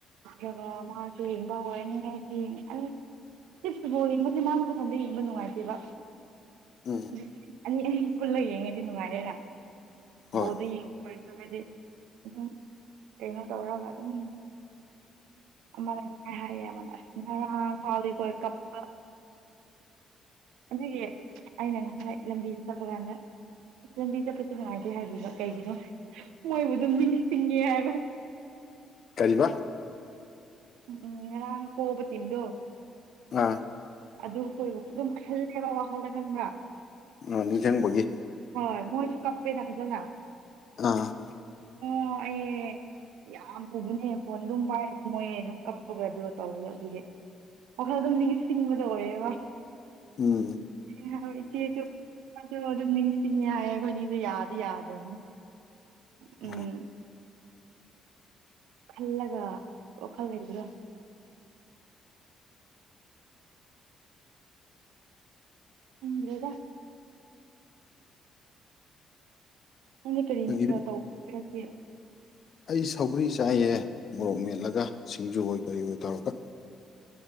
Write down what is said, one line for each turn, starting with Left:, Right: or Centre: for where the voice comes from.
Right: ꯑꯗꯨꯒ ꯃꯥꯁꯨ ꯌꯦꯡꯕ ꯍꯧꯔꯅꯤ <unintelligible> ꯑꯁ <unintelligible> ꯌꯦꯡꯕꯁꯦ ꯃꯥ ꯃꯊꯟꯗ ꯌꯦꯡꯕ ꯅꯨꯡꯉꯥꯏꯇꯦꯕ
Left: ꯎꯝ
Right: ꯑꯗꯨ ꯑꯅꯤ ꯑꯅꯤ ꯄꯨꯜꯂꯒ ꯌꯦꯡꯉꯗꯤ ꯅꯨꯡꯉꯥꯏꯔꯦꯗ
Left: ꯍꯣꯏ
Right: ꯕꯣꯔꯗ <unintelligible> ꯍꯥꯏꯗꯤ ꯑꯗꯨꯝ ꯀꯩꯅꯣ ꯇꯧꯔꯒ ꯑꯗꯨꯝ ꯑꯃꯅ <unintelligible> ꯍꯥꯏꯌꯦꯕ ꯑꯁ ꯉꯔꯥꯡ <unintelligible> ꯀꯞꯄ ꯑꯗꯨꯒꯤ ꯑꯩꯅ ꯉꯁꯥꯏ ꯂꯝꯕꯤꯁꯦ ꯆꯠꯄ ꯀꯥꯟꯗ ꯂꯝꯕꯤ ꯆꯠꯄꯁꯨ ꯅꯨꯡꯉꯥꯏꯇꯦ ꯍꯥꯏꯕꯤꯕ ꯀꯩꯒꯤꯅꯣ ꯃꯣꯏꯕꯨ ꯑꯗꯨꯝ ꯅꯤꯡꯁꯤꯡꯉꯦ ꯍꯥꯏꯕ
Left: ꯀꯩꯕꯥ
Right: ꯎꯝ ꯉꯔꯥꯡ ꯄꯣꯕ ꯇꯤꯝꯗꯣ
Left: <unintelligible>
Right: ꯑꯗꯨ ꯑꯈꯣꯏ ꯑꯗꯨꯝ ꯈꯜꯂꯦꯕ ꯋꯥꯈꯜꯗ ꯈꯟꯕ꯭ꯔꯥ
Left: ꯑ ꯅꯤꯡꯖꯪꯕꯒꯤ
Right: ꯍꯣꯏ ꯃꯣꯏꯁꯨ ꯀꯞꯄꯦꯗ ꯐꯖꯅ
Left: ꯑ
Right: ꯑꯣ <unintelligible> ꯌꯥꯝ ꯄꯨꯕꯅꯦ ꯐꯣꯟ ꯑꯗꯨꯝ ꯄꯥꯏꯔꯗꯤ ꯃꯣꯏ ꯑꯗꯨꯝ ꯀꯞꯄꯒ ꯑꯗꯨꯒ ꯇꯧꯕꯅꯦ ꯑꯗꯨꯗꯤ <unintelligible> ꯑꯗꯨꯝ ꯅꯤꯡꯁꯤꯡꯕꯗꯣ ꯑꯣꯏꯌꯦꯕ
Left: ꯎꯝ
Right: <unintelligible> <unintelligible> ꯌꯥꯗꯤ ꯌꯥꯗ꯭ꯔꯝꯅꯦ ꯎꯝ
Left: ꯑꯣ
Right: ꯈꯜꯂꯒ ꯋꯥꯈꯜ ꯂꯩꯕꯗꯣ ꯈꯪꯗ꯭ꯔꯦꯗ ꯅꯪꯗꯤ ꯀꯔꯤ
Left: ꯅꯪꯒꯤ
Right: ꯃꯊꯦꯜ ꯇꯧ <unintelligible>
Left: ꯑꯩ ꯁꯧꯒ꯭ꯔꯤ ꯆꯥꯏꯌꯦ ꯃꯣꯔꯣꯛ ꯃꯦꯠꯂꯒ ꯁꯤꯡꯖꯨ ꯑꯣꯏ ꯀꯔꯤ ꯑꯣꯏ ꯇꯧꯔꯒ